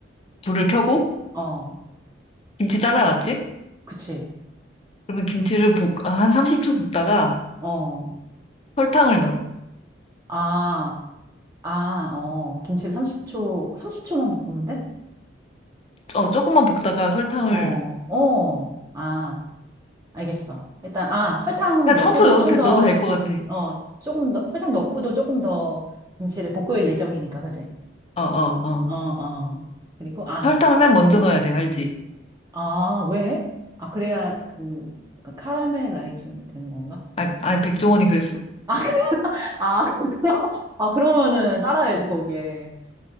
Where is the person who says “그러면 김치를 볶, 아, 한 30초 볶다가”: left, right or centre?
Left